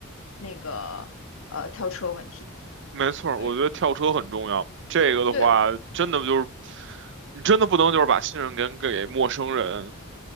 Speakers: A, on the left (about 70°); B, on the right (about 60°).
A: 那个呃跳车问题。
B: 没错儿，
A: 对，
B: 我觉得跳车很重要。这个的话，
A: 对
B: 真的就是你真的不能就是把信任给给陌生人。